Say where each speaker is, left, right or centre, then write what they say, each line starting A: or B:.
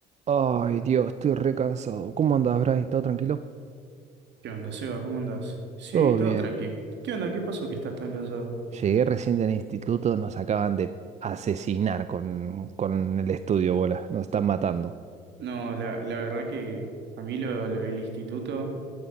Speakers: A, on the right; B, on the right.
A: Ay, Dios, estoy re cansado. ¿Cómo andás, Bray? ¿Todo tranquilo?
B: ¿Qué onda, Seba? ¿Cómo andás? Sí,
A: Todo
B: todo
A: bien.
B: tranqui. ¿Qué onda? ¿Qué pasó que estás tan cansado?
A: Llegué recién del instituto, nos acaban de asesinar con, con el estudio, bola. Nos están matando.
B: No, la, la verdad que a mí lo, lo del instituto